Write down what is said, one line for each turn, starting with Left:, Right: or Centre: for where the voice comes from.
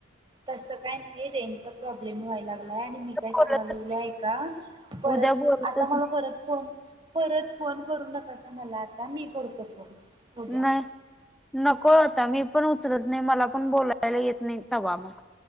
Right: तसं काय नाही रेंजचा प्रॉब्लेम व्हायला लागलाय आणि मी काय सांगाय
Centre: बोलतच
Right: लागलोय
Centre: नाही
Right: ऐका. परत
Centre: उद्या बोलतच
Right: आता मला
Centre: नाही
Right: परत फोन परत फोन करू नकासा मला आता मी करतो फोन. उद्या.
Centre: नाही नको आता मी पण उचलत नाही मला पण बोलायला येत नाही तवा मग